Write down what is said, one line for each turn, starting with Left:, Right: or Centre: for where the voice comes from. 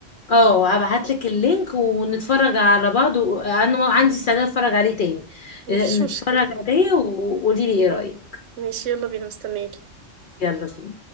Left: اه هبعت لك اللينك ونتفرج على بعض وانا ما عندي استعداد اتفرج عليه تاني
Right: مفيش
Left: نتفرج
Right: مشكلة
Left: عليه وقولي لي ايه رأيك
Right: ماشي يلا بينا مستنياكي
Left: يلا